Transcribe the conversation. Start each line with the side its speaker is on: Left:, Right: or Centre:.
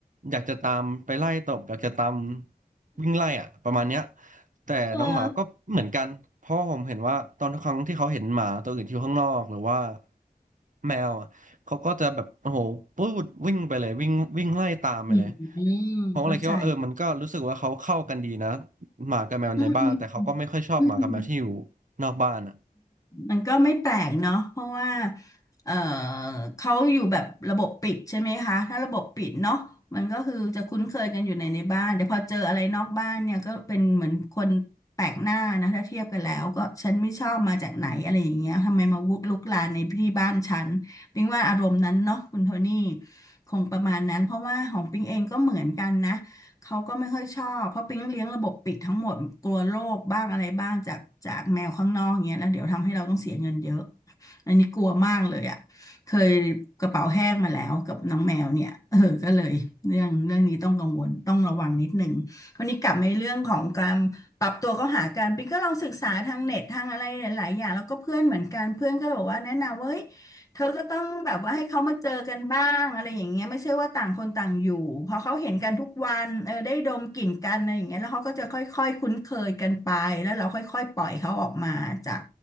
Right: อยากจะตามไปไล่ตบอยากจะตามวิ่งไล่อ่ะประมาณเนี้ย แต่น้องหมาก็เหมือนกันเพราะ่ผมเห็นว่าตอนทุกครั้งที่เขาเห็นหมาตัวอื่นที่อยู่ข้างนอกหรือว่า
Left: เออ
Right: แมวอ่ะเขาก็จะแบบโอ้โหปูดวิ่งไปเลยวิ่งวิ่งไล่ตามไปเลย
Left: อืมเข้าใจ
Right: ผมก็เลยคิดว่าเออมันก็รู้สึกว่าเขาเข้ากันดีนะหมากับแมวในบ้านแต่เขาก็ไม่ค่อยชอบหมากับแมวที่อยู่
Left: อืมอืม
Right: นอกบ้านอ่ะ
Left: มันก็ไม่แปลกเนาะเพราะว่าเอ่อเขาอยู่แบบระบบปิดใช่ไหมคะถ้าระบบปิดเนาะมันก็คือจะคุ้นเคยกันอยู่ในในบ้านแต่พอเจออะไรนอกบ้านเนี่ยก็เป็นเหมือนคนแปลกหน้านะถ้าเทียบกันแล้วก็ฉันไม่ชอบมาจากไหนอะไรอย่างเงี้ยทำไมมาวุกลุกลานในที่บ้านฉันปิงว่าอารมณ์นั้นเนาะคุณโทนี่คงประมาณนั้นเพราะว่าของปิงเองก็เหมือนกันนะ เขาก็ไม่ค่อยชอบเพราะปิ๊งเลี้ยงระบบปิดทั้งหมดกลัวโรคบ้างอะไรบ้างจากจากแมวข้างนอกเงี้ยแล้วเดี๋ยวทำให้เราต้องเสียเงินเยอะอันนี้กลัวมากเลยอ่ะเคยกระเป๋าแห้งมาแล้วกับน้องแมวเนี่ย <laughs> เออก็เลยเรื่องเรื่องนี้ต้องกังวลต้องระวังนิดหนึ่งวันนี้กลับมาเรื่องของการปรับตัวเข้าหากันปิ๊งก็ลองศึกษาทางเน็ตทางอะไรหลายๆอย่างแล้วก็เพื่อนเหมือนกันเพื่อนก็บอกว่าแนะนำว่าเฮ้ย เธอก็ต้องแบบว่าให้เขามาเจอกันบ้างอะไรอย่างเงี้ยไม่ใช่ว่าต่างคนต่างอยู่พอเขาเห็นกันทุกวันเออได้ดมกลิ่นกันอะไรอย่างเงี้ยแล้วเขาก็จะค่อยๆคุ้นเคยกันไปแล้วเราค่อยๆปล่อยเขาออกมาจาก